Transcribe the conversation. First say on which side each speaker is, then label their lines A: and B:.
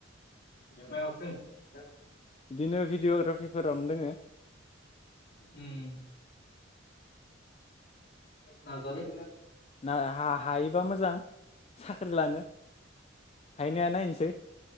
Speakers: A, on the left; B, on the left.
A: मायावथो दोङो?
B: बिदिनो भिडिअ'ग्राफिफोर रावनो दोङो।
A: उम नाजादों।
B: ना हा-हा हायोबा मोजां साख्रि लानो हायो नाया नायनोसै।